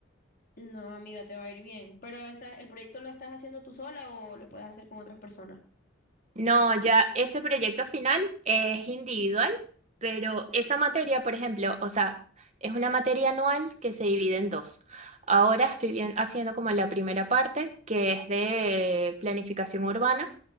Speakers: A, on the left; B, on the right.
A: No, amiga, te va a ir bien. Pero esta, ¿el proyecto lo estás haciendo tú sola o lo puedes hacer con otras personas?
B: No, ya ese proyecto final es individual, pero esa materia, por ejemplo, o sea, es una materia anual que se divide en dos. Ahora estoy bien- haciendo como la primera parte, que es de planificación urbana.